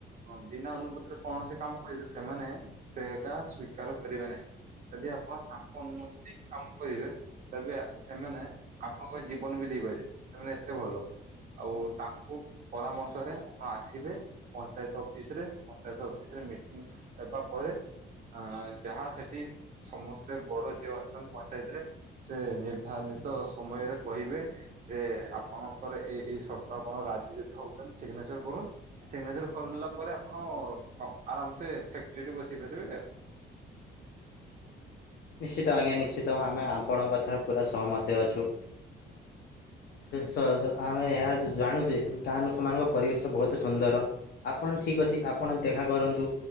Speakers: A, on the right; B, on the left.
A: ହଁ ବିନା ଅନୁପତିରେ କୌଣସି କାମ କରିବେ ସେମାନେ ସେ ଏଗା ସ୍ଵୀକାର କରିବେ ନାହିଁ। ଯଦି ଆପଣ ତାଙ୍କୁ ଅନୁମତି ନେଇକି କାମ କରିବେ ତେବେ ସେମାନେ ଆପଣଙ୍କ ଜୀବନ ବି ଦେଇପାରିବେ। ସେମାନେ ଏତେ ଭଲ ଆଉ ତାଙ୍କୁ ପରାମର୍ଶରେ ଆପଣ ଆସିବେ ପଞ୍ଚାୟତ ଅଫିସରେ ପଞ୍ଚାୟତ ଅଫିସରେ ମିଟିଂସ୍ ହେବା ପରେ ଆ ଯାହା ସେଠି ସମସ୍ତେ ବଡ଼ ଯିଏ ଅଛନ୍ତି ପଞ୍ଚାୟତ ରେ ସେ ନିର୍ଦ୍ଧାନିତ ସମୟରେ କହିବେ ଯେ ଆପଣଙ୍କର ଏ ଏଇ ସର୍ତ୍ତ ଆପଣଙ୍କ ରାଜି ଯଦି ହଉଛନ୍ତି ସିଗ୍ନେଚର କରନ୍ତୁ। ସିଗ୍ନେଚର କରିାଲା ପରେ ଆପଣ ଆରାମସେ ଫ୍ୟାକ୍ଟିରେ ବସେଇ ପାରିବେ ଏ।
B: ନିଶ୍ଚିତ ଆଜ୍ଞା ନିଶ୍ଚିତ ଆମେ ଆପଣଙ୍କ କଥା ପୁରା ସହିମତ ଅଛୁ। ସହଜ ଆମେ ଏହା ଜାଣୁଛେ ଗାଁ ଲୋକମାନଙ୍କ ପରିବେଶ ବହୁତ ସୁନ୍ଦର। ଆପଣ ଠିକ୍ ଅଛି ଆପଣ ଦେଖା କରନ୍ତୁ।